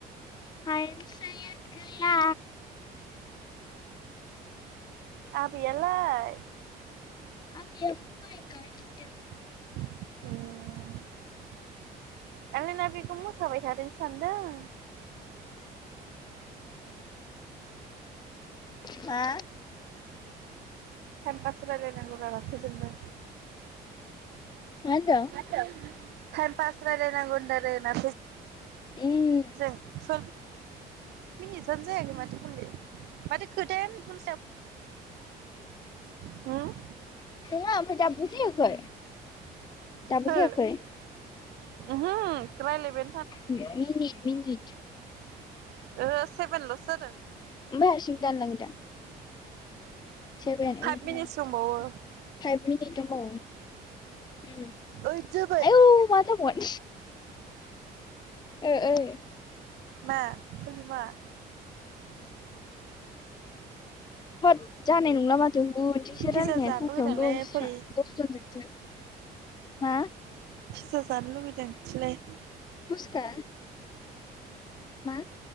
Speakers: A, on the left (about 25°); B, on the right (about 80°).
A: हायेनसाया गैया।
B: आबैयालाय?
A: <unintelligible> गायदों
B: ए आंलाय ना बिखौ मोसाबाय थादों सानदों
A: मा
B: टाइम पास रायलायनांगौ जाबासो जोंबो
A: मा होनदों?
B: ताइम पास रायजलायनांगौ होनदों <unintelligible>
A: उम
B: जों मिनिटसानो जायाखै माथो खलि माथो खोथायानो <unintelligible> होम
A: नङा ओमफाय दाबो जायाखै दाबो
B: सोर
A: जायाखै
B: उमहो रायलायबाय
A: मिनिट मिनिट
B: ओ सेभेनल'सो जादों
A: ओफाय हारसिंनो दानलाङो दा? Seven eight
B: five minutes
A: nine टेन
B: दंबावो
A: फाइभ मिनिट दंबावो
B: ओइद जाबाय
A: आयौ मा जाबावगोन ओ ओ
B: मा खलि मा
A: होत जानाय नंला माथ जों थिसो
B: पिज्जा
A: राननाया
B: जानो
A: सानसेयावनो
B: लुगैदोंलै
A: दसरा
B: फुलि
A: दसराजोंसो मा
B: खुसि जानो लुुबैदों थिलाय
A: फुसका मा?